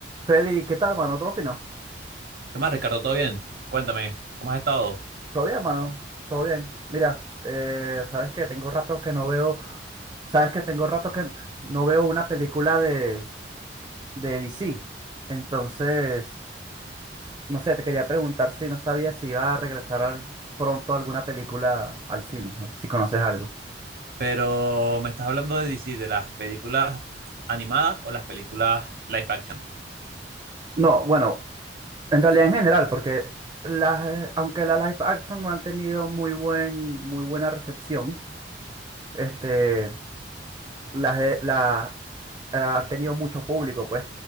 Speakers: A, on the right; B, on the right.
A: Feli, ¿qué tal, mano? ¿Todo fino?
B: ¿Qué más, Ricardo? ¿Todo bien? Cuéntame, ¿cómo has estado?
A: ¿Todo bien, mano? ¿Todo bien? Mira, eh, ¿sabes qué? Tengo rato que no veo... ¿Sabes qué? Tengo rato que no veo una película de, de DC. Entonces, no sé, te quería preguntar si no sabía si iba a regresar al- pronto alguna película al cine. No sé si conoces algo.
B: Pero me estás hablando de DC, de las películas animadas o las películas live action.
A: No, bueno, en realidad en general, porque las, aunque la live action no han tenido muy buen, muy buena recepción, este, Las de, las eh, han tenido mucho público, pues.